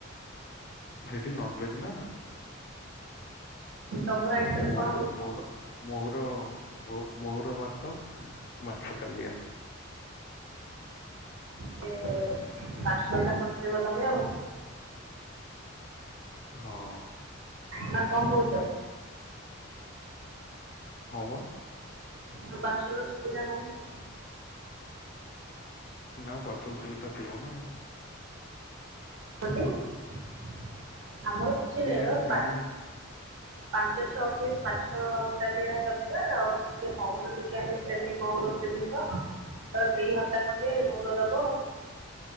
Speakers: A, on the left (about 45°); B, on the right (about 70°).
A: ସେଟି ନନ ଭେଜ ନା,
B: ତମର ଆଇଟମ୍
A: ମୋହର
B: କଣ ହବ କି
A: ମୋହର, ମହୁର ମହୁୁର ଭାତ, ମାଛ କାଲିଆ।
B: ପାର୍ସଲ ଟା ପଠେଇବ ତମେ ଆଉ
A: ହଁ।
B: ନା କଣ କହୁଛ?
A: ହଁ ବା।
B: ନା ପାର୍ସଲ ସୁବିଧା ନାହିଁ ସେଠି?
A: ନା ପାର୍ସଲ ସୁବିଧା ଥିବ ନା।
B: <unintelligible>
A: କେଜାଣି ମୁଁ ଜାଣିନି
B: ପାଞ୍ଚ ଛଅ ପିସ୍ ପାଛ କାଲିଆ ଦରକାର ଆଉ ଟିକେ ମଉର ଟିକେ ଆମେ ପ୍ରେମୀ ମଉର ପ୍ରେମୀ ତ ତ ଦି ହାତ ଟା ଖଣ୍ଡିେ ଭୋର ଦବ